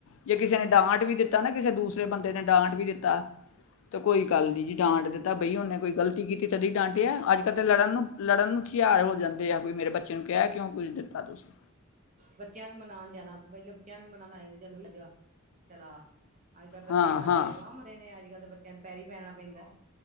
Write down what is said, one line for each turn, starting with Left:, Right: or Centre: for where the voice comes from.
Left: ਜੇ ਕਿਸੇ ਨੇ ਡਾਂਟ ਵੀ ਦਿੱਤਾ ਨਾ ਕਿਸੇ ਦੂਸਰੇ ਬੰਦੇ ਨੇ ਕਿਸੇ ਨੇ ਡਾਂਟ ਵੀ ਦਿੱਤਾ ਤੇ ਕੋਈ ਗੱਲ ਨੀ ਜੀ ਡਾਂਟ ਦਿੱਤਾ ਬਈ ਉਹਨੇ ਕੋਈ ਗ਼ਲਤੀ ਕੀਤੀ ਤਦੀ ਡਾਂਟੇ ਆ ਅੱਜ ਕੱਲ੍ਹ ਲੜਨ ਨੂੰ ਲੜਨ ਨੂੰ ਹਿਆਰ ਹੋ ਜਾਂਦੇ ਆ ਕੋਈ ਮੇਰੇ ਬੱਚੇ ਨੂੰ ਕਿਹਾ ਕਿਉਂ ਕੁਝ ਦਿੱਤਾ ਤੁਸੀਂ
Right: ਬੱਚਿਆਂ ਨੂੰ ਮਨਾਣ ਜਾਣਾ ਮਤਲਬ ਬੱਚਿਆਂ ਨੂੰ ਵੀ ਮਨਾ ਆਏ ਨੇ ਚਲੋ ਚਲ ਆ ਅੱਜ ਕੱਲ ਬੱਚੇ
Left: ਹਾਂ
Right: ਮਰ
Left: ਹਾਂ
Right: ਗਏ ਸੁਆ ਮਰੇ ਨੇ ਅੱਜ ਕੱਲ ਦੇ ਕਰ ਪੈਰ ਹੀ ਪੈਣਾ ਪੈਂਦਾ।